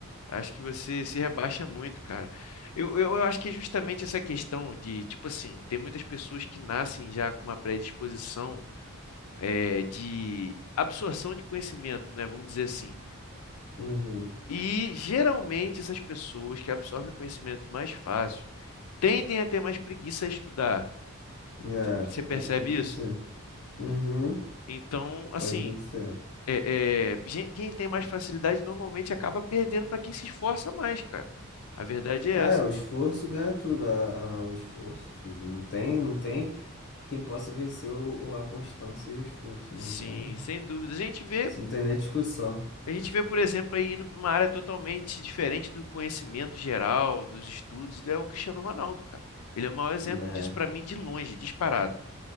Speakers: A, on the left; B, on the left.
A: Acho que você se rebaixa muito, cara. Eu, eu, eu acho que é justamente essa questão de, tipo assim, tem muitas pessoas que nascem já com uma predisposição é, de absorção de conhecimento, né? Vamos dizer assim.
B: Uhum.
A: E geralmente essas pessoas que absorvem conhecimento mais fácil tendem a ter mais preguiça a estudar.
B: É,
A: Você percebe
B: pode acontecer.
A: isso?
B: Uhum.
A: É. Então, assim,
B: Pode acontecer.
A: é, é, gen- quem tem mais facilidade normalmente acaba perdendo para quem se esforça mais, cara. A verdade é
B: Ah,
A: essa.
B: é, o esforço ganha tudo. Ah, ah, o esforço, filho. Não tem, não tem quem possa vencer o, o- a constância e o esforço. Não
A: Sim,
B: tem.
A: sem dúvida. A gente vê,
B: Isso não tem nem discussão.
A: a gente vê, por exemplo, aí indo para uma área totalmente diferente do conhecimento geral, dos estudos, é o Cristiano Ronaldo, cara. Ele é o maior exemplo
B: Né?
A: disso para mim de longe, disparado.